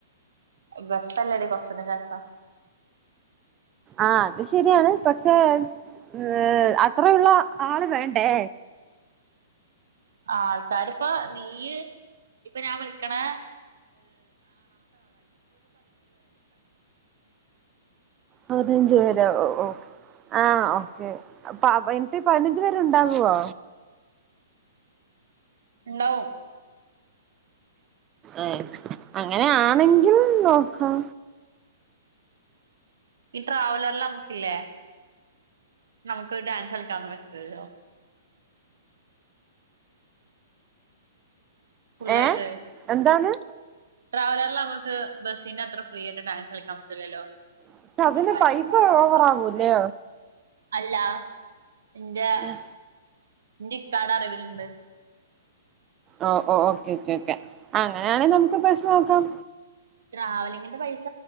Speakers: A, on the right (about 70°); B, on the right (about 25°).
A: ബസ് അല്ലെ ടി കൊറച്ചും കൂടെ രസം
B: ആഹ് അത് ശരിയാണ് പക്ഷെ ഏഹ് അത്രയുള്ള ആള് വേണ്ടേ
A: ആൾക്കാരിപ്പ നീയ് !!!!!!!!!!
B: പതിനഞ്ച് പേര ഓഹ് ഓഹ് ആഹ് ഓ ക്കെ അപ്പൊ അതിന്നത് പതിനഞ്ച് പേരുണ്ടാകുവോ
A: ഇണ്ടാകും
B: ഏഹ് അങ്ങനാണെങ്കിൽ നോക്കാം
A: ഈ ട്രാവലറിൽ നമുക്കില്ലേ നമുക്ക് ഡാൻസ് കളിക്കാനൊന്നും പറ്റൂലല്ലോ ഫുള്ളായിട്ട്
B: ഏ എന്താണ്
A: ട്രാവലറല് നമക്ക് ബസ്സിന്റെ അത്ര ഫ്രീ ആയിട്ട് ഡാൻസ് കളിക്കാൻ പറ്റുല്ലല്ലോ
B: പക്ഷെ അതിന്
A: പൈപ്പ്
B: പൈസ
A: വള്ളം
B: ഓവറാവൂല്ലേ
A: ഓഫാക്കിയില്ല അല്ല എന്റെ
B: ഇല്ല
A: എന്റെ ഇക്കാടെ അറിവിലുണ്ട്
B: ഓഹ് ഓഹ് ഓക്കെ ഓക്കെ ഓക്കെ അങ്ങനെയാണങ്കിൽ നമുക്ക് ബസ്സ് നോക്കാം
A: ട്രാവലിങ്ങിന്റെ പൈസ